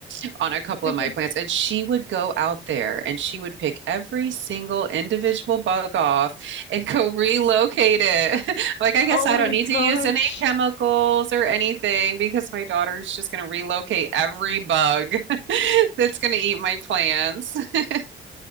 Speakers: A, on the right (about 70°); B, on the left (about 65°).
A: <laughs>
B: <laughs>
A: on a couple of my plants. And she would go out there and she would pick every single individual bug off and go relocate it. <laughs> Like, I
B: Oh
A: guess I
B: my
A: don't need
B: gosh.
A: to use any chemicals or anything because my daughter's just going to relocate every bug <laughs> that's going to eat my plants. <laughs>